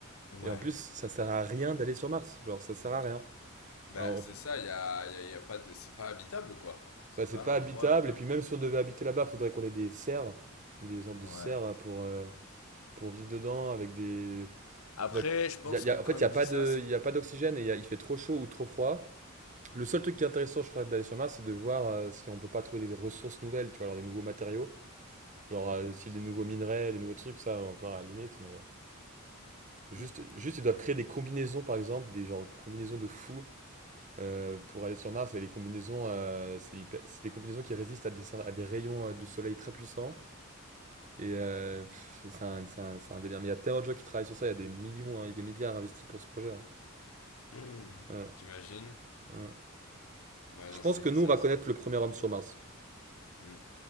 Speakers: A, on the left; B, on the right.
A: Ouais.
B: Et en plus, ça sert à rien d'aller sur Mars. Genre, ça sert à rien.
A: Bah,
B: Alors,
A: c'est ça, il y a, il y a- il y a pas de. C'est pas habitable, quoi. C'est
B: bah, c'est
A: pas
B: pas
A: un
B: habitable.
A: endroit habitable.
B: Et puis même si on devait habiter là-bas, il faudrait qu'on ait des serres, des sortes de
A: Ouais.
B: serres pour euh, pour vivre dedans avec des.
A: Après,
B: faudrait qu'on-
A: je pense
B: y a- y
A: que
B: a-
A: quand
B: en fait, il
A: il
B: y a pas
A: dit ça,
B: de,
A: c'est.
B: il y a pas d'oxygène et y a- il fait trop chaud ou trop froid. Le seul truc qui est intéressant, je crois, d'aller sur Mars, c'est de voir euh, si on peut pas trouver des ressources nouvelles, tu vois, alors des nouveaux matériaux, genre euh,
A: Mm,
B: style des nouveaux minerais, des nouveaux trucs, ça encore à la limite, mais bon. Juste,
A: mm,
B: juste, ils doivent créer des combinaisons, par exemple, des genre combinaisons de fous euh, pour aller sur Mars. Et les combinaisons, euh, c'est hyper- c'est des combinaisons qui résistent à des, cer- à des rayons euh, du soleil très puissants. Et euh, pff, c'est c'est un, c'est un- c'est un délire. Mais il y a tellement de gens qui travaillent sur ça, il y a des millions hein, et des milliards investis pour ce projet. hein.
A: mm.
B: Ouais,
A: T'imagines
B: ouais.
A: Ouais, non,
B: Je pense
A: c'est
B: que nous,
A: c'est
B: on va
A: un
B: connaître
A: seul.
B: le premier homme sur Mars.
A: Mm.